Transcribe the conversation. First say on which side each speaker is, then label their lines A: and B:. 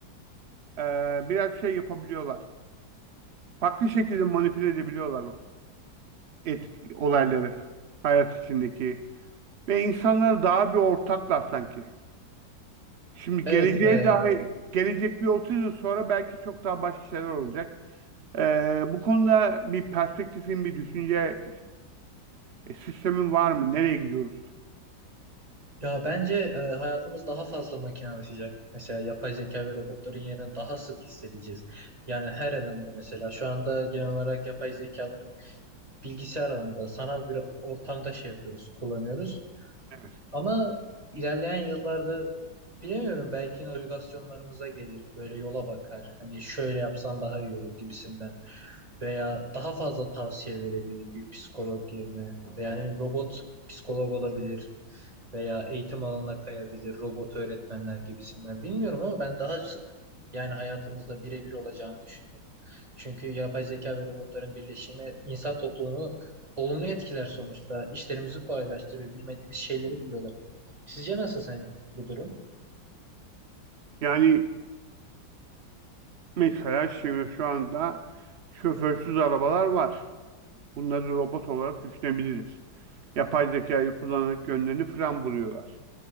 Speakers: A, on the right; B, on the right.
A: e, biraz şey yapabiliyorlar. Farklı şekilde manipüle edebiliyorlar o etki, olayları hayat içindeki. Ve insanlar daha bir ortaklar sanki. Şimdi
B: Evet
A: geleceğe
B: e,
A: dair, gelecek bir 30 yıl sonra belki çok daha başka şeyler olacak. Ee, bu konuda bir perspektifin, bir düşünce e, sistemin var mı? Nereye gidiyoruz?
B: ya bence e, hayatımız daha fazla makinalaşacak. Mesela yapay zeka ve robotların yerine daha sık hissedeceğiz. Yani her alanda mesela şu anda genel olarak yapay zekaları bilgisayar alanında sanal bir ortamda şey yapıyoruz, kullanıyoruz.
A: Evet.
B: Ama ilerleyen yıllarda bilemiyorum belki navigasyonlarımıza gelir. Böyle yola bakar. Hani şöyle yapsan daha iyi olur gibisinden. veya daha fazla tavsiye verebilir bir psikolog yerine veya ne bileyim, robot psikolog olabilir veya eğitim alanına kayabilir robot öğretmenler gibisinden bilmiyorum ama ben daha sık yani hayatımızda birebir olacağını düşünüyorum. Çünkü yapay zeka ve robotların birleşimi insan toplumunu olumlu etkiler sonuçta. İşlerimizi kolaylaştırıyor, bilmediğimiz şeyleri biliyorlar. Sizce nasıl sen bu durum?
A: Yani mesela şimdi şu anda şoförsüz arabalar var. Bunları robot olarak düşünebiliriz. Yapay zekayı kullanarak yönlerini fren buluyorlar.